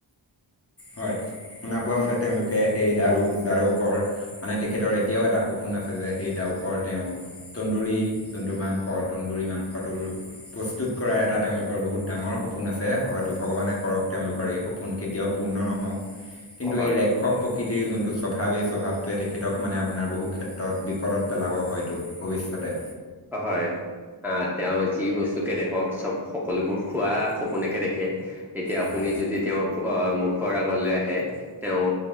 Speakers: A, on the left; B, in the centre.
A: হয়, শুনা পোৱা মতে তেওঁলোকে সেই দাৰু দাৰুকৰ মানে তেখেতৰ এতিয়াও, এটা সপোন আছে যে সেই দাৰ <unintelligible> তেওঁ তন্দুৰী যোনটো মাংস তন্দুৰী মাংসটোৰ প্ৰস্তুত কৰা এটা তেওঁলোকৰ বহুত ডাঙৰ সপোন আছে হয়তো ভগৱানে কৰক তেওঁলোকৰ এই সপোন কেতিয়াও পূৰ্ণ নহওক কিন্তু
B: হয়
A: এই ৰাক্ষস প্ৰকৃতিৰ যোনটো স্বভাৱ এই স্বভাৱটোৱে তেখেতক মানে আপোনাৰ বহু ক্ষেত্ৰত বিপদত পেলাব হয়তো ভৱিষ্যতে
B: হয়, আ, তেওঁ যি বস্তুকে দেখক চব সকলোবোৰ খোৱা সপোনেকে দেখে, এতিয়া আপুনি
A: হয়।
B: এই যদি তেওঁৰ আ, মুখৰ আগলৈ আহে, তেওঁ